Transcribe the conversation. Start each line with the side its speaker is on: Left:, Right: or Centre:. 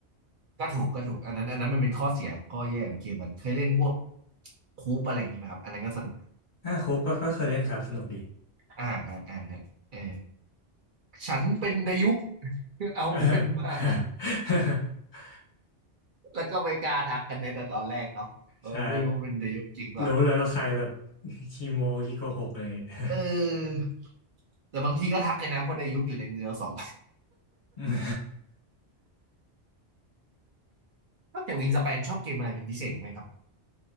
Right: ก็ถูกก็ถูกอันนั้นอันนั้นมันเป็นข้อเสียข้อแย่ของเกมมันเคยเล่นพวกคูปอะไรอย่างนี้ไหมครับอันนั้นก็สนุก
Left: <laughs> อ่าครบก็ก็เคยเล่นครับสนุกดี
Right: อ่าฮะอ่าฮะเออฉันเป็นดายุก <laughs>
Left: <laughs>
Right: เอาเงินมา
Left: เออ <laughs>
Right: แล้วก็ไม่กล้าทักกันในแต่ตอนแรกเนาะเออไม่รู้เป็นดายุกจริงเปล่า
Left: ใช่รู้เลยว่าใครแบบขี้โม้ขี้โกหกอะไรอย่างเงี้ย <laughs>
Right: เออแต่บางทีก็ทักเลยนะเพราะดายุกอยู่ในมือเราสอง
Left: อืม
Right: <laughs> นอกจากวิงสเปนชอบเกมอะไรเป็นพิเศษอีกไหมครับ